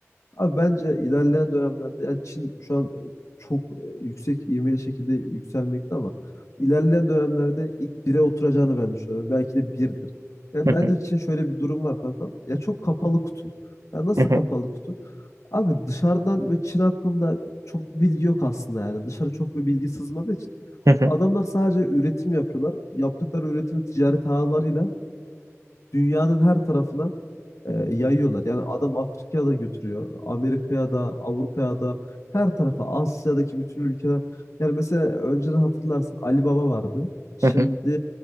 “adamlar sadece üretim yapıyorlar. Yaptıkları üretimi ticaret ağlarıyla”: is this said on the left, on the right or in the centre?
Left